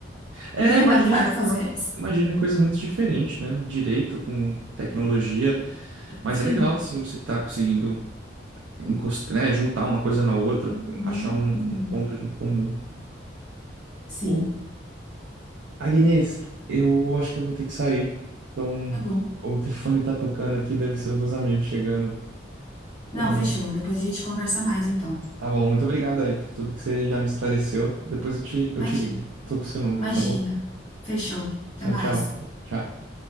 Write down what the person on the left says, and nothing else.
<laughs>
nem
é minha praia
fazer
isso.
Sim.
Uhum,
uhum.
Sim.
Tá bom.
Não,
fechou. Depois a gente conversa mais, então.
Imagina,
imagina.
Fechou. Até
mais.